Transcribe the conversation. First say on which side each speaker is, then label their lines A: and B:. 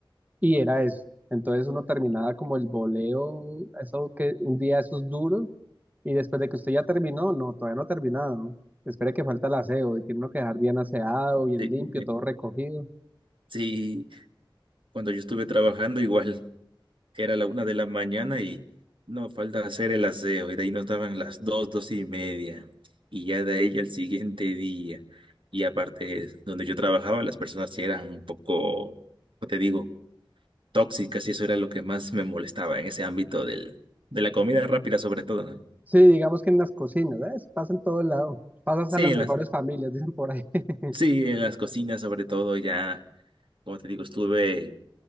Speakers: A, on the right; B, on the right.
A: Y era eso. Entonces uno terminaba como el boleo, eso que un día esos duros, y después de que usted ya terminó, no, todavía no ha terminado. ¿no? Espere que falta el aseo, y tiene uno que dejar bien aseado, bien
B: sí,
A: limpio,
B: <laughs> eh,
A: todo recogido.
B: sí, cuando yo estuve trabajando igual que era la una de la mañana y no falta hacer el aseo. Y de ahí nos daban las dos, dos y media. Y ya de ahí al siguiente día. Y aparte, donde yo trabajaba, las personas sí eran un poco, ¿cómo te digo, tóxicas y eso era lo que más me molestaba en ese ámbito del, de la comida rápida sobre todo. ¿no?
A: Sí, digamos que en las cocinas, ¿ves? Pasa en todo lado. Pasas
B: Sí,
A: a las
B: en
A: mejores
B: las,
A: familias, dicen por ahí. <laughs>
B: sí, en las cocinas sobre todo ya, como te digo, estuve